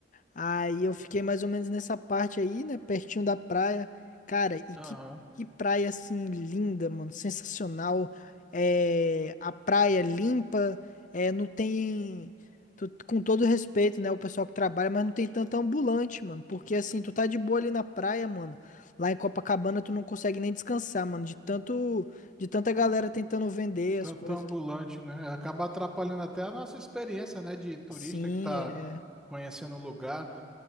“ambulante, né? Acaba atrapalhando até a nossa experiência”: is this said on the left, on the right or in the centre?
Centre